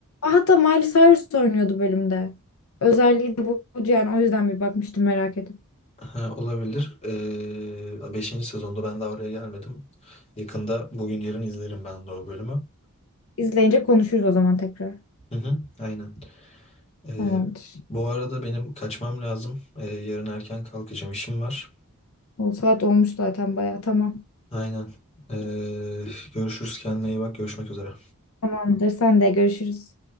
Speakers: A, on the left; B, on the left.
A: Aa, Hatta Miley Cyrus oynuyordu bölümde. Özelliği de bu yani o yüzden bir bakmıştım merak edip.
B: Ha, olabilir. Ee, 5. sezonda ben daha oraya gelmedim. Yakında bugün yarın izlerim ben de o bölümü.
A: İzleyince konuşuruz o zaman tekrar.
B: Hı hı, aynen. Ee,
A: Tamamdır.
B: bu arada benim kaçmam lazım. Ee, yarın erken kalkacağım işim var.
A: O saat olmuş zaten bayağı. Tamam.
B: Aynen. Ee, görüşürüz kendine iyi bak. Görüşmek üzere.
A: Tamamdır. Sen de görüşürüz.